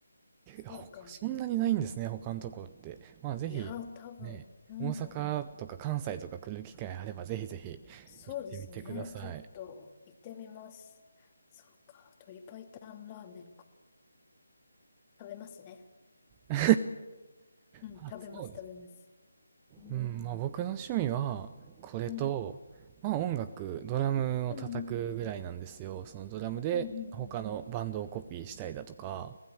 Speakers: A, on the left; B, on the right.
A: そうか。
B: ほそんなにないんですね、他のところって。まあ、ぜひ、
A: いや、多分、
B: ね、
A: うん。
B: 大阪とか関西とか来る機会あれば、ぜひぜひ行ってみてください。
A: そうですね。ちょっと行ってみます。そうか。鶏白湯ラーメンか。食べますね。
B: <laughs>
A: うん、
B: あ、
A: 食べます、
B: そうです。
A: 食べます。うん、
B: うん、まあ僕の趣味は、これと、
A: うん、
B: まあ音楽、ドラムを叩くぐらいなんですよ。
A: うん、うん、うん、
B: そのドラムで他のバンドをコピーしたりだとか、
A: うん、うんうん。